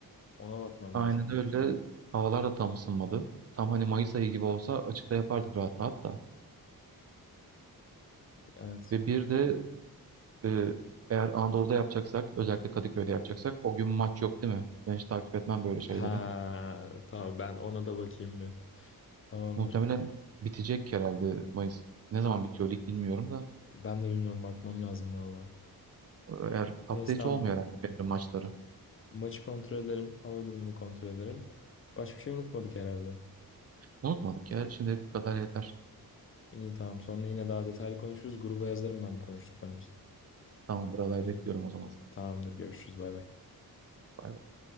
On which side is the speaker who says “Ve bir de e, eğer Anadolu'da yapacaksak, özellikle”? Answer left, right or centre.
Right